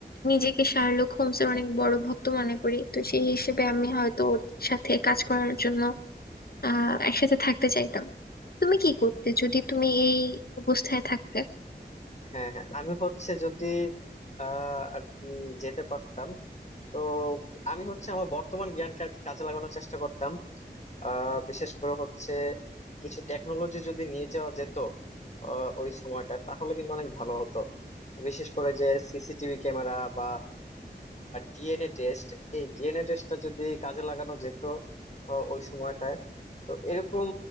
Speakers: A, on the left; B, on the left.
A: নিজেকে শার্লক হোমসের অনেক বড় ভক্ত মনে করি তো সেই হিসেবে আমি হয়তো ওর সাথে কাজ করার জন্য আহ একসাথে থাকতে চাইতাম তুমি কি করতে যদি তুমি এই অবস্থায় থাকতে
B: হ্যাঁ হ্যাঁ আমি হচ্ছে যদি আহ আর কি যেতে পারতাম তো আমি হচ্ছে আমার বর্তমান জ্ঞানকে আর কি কাজে লাগানোর চেষ্টা করতাম আহ বিশেষ করে হচ্ছে কিছু টেকনোলজি যদি নিয়ে যাওয়া যেত আহ, ওই সময়টা তাহলে কিন্তু অনেক ভালো হতো বিশেষ করে যে সিসিটিভি ক্যামেরা বা ডিএনএ টেস্ট এই ডিএনএ টেস্টটা যদি কাজে লাগানো যেত আহ, ওই সময়টায় তো এরকম